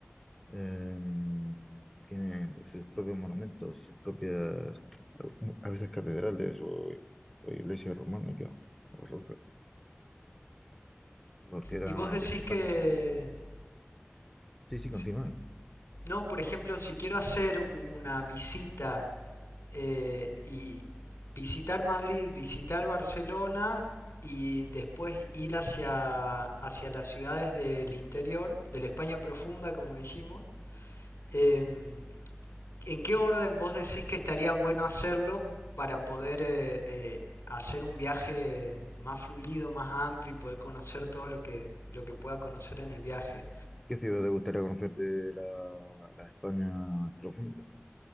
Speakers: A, in the centre; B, on the left.
A: Em, tienen sus propios monumentos y sus propias, a veces catedrales o, o iglesia románicas o rocas, porque eran
B: ¿Y vos decís
A: de importancia
B: que
A: en la antigüedad. Sí, sí, continúa.
B: si- No, por ejemplo, si quiero hacer una visita eh, y visitar Madrid, visitar Barcelona y después ir hacia, hacia las ciudades del interior, de la España profunda, como dijimos, em, ¿en qué orden vos decís que estaría bueno hacerlo para poder eh, eh, hacer un viaje más fluido, más amplio y poder conocer todo lo que, lo que pueda conocer en el viaje?
A: ¿Qué ciudad te gustaría conocer de la, la España profunda,